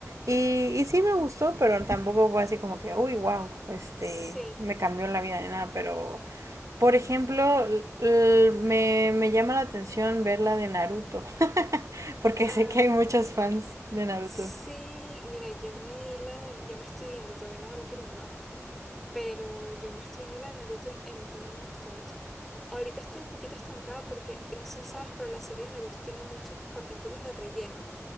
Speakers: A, on the right; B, in the centre.
A: Y, y sí me gustó, pero tampoco fue así como que, uy, wow, este,
B: Sí,
A: me cambió la vida ni nada. Pero, por ejemplo, l- l- me, me llama la atención ver la de Naruto. <laughs> Porque
B: ah,
A: sé que hay muchos fans de Naruto.
B: sí, mira, yo me vi la, yo me estoy viendo, todavía no me la he terminado. Pero yo me estoy viendo la de Naruto y a mí también me gustó mucho. Ahorita estoy un poquito estancada porque no sé si sabes, pero la serie de Naruto tiene muchos capítulos de relleno.